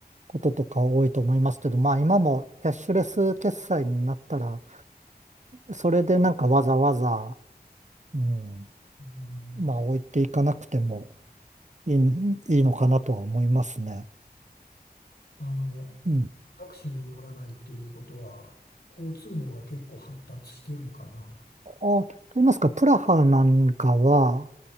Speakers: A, on the right (about 45°); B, on the left (about 85°).
A: こととか多いと思いますけど、まあ今もキャッシュレス決済になったら、それでなんかわざわざ、うん
B: うん、うん
A: まあ置いていかなくてもいい、いいのかなとは思いますね。
B: あの、
A: うん。
B: タクシーに乗らないっていうことは、交通網が結構発達してるんかな
A: あ、と言いますか、プラハなんかは、